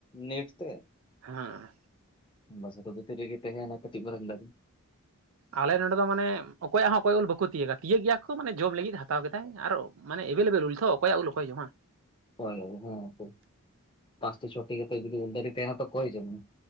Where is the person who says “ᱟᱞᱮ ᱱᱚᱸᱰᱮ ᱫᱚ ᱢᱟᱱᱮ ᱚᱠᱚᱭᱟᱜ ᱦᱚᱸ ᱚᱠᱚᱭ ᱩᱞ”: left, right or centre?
Right